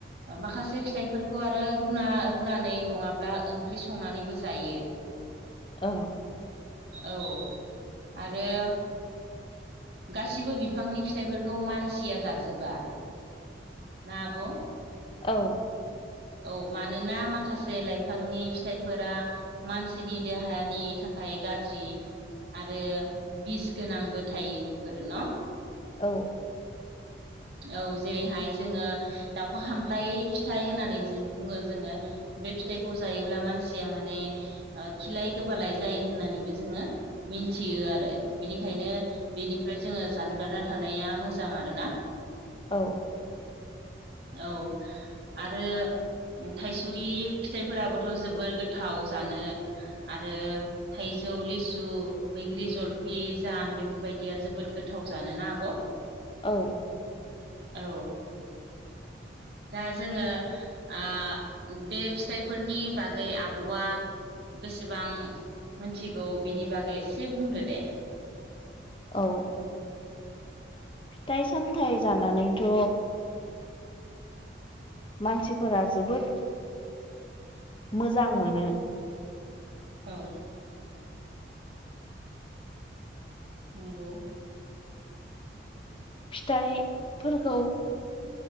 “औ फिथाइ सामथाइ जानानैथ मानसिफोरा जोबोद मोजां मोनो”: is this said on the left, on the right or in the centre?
Left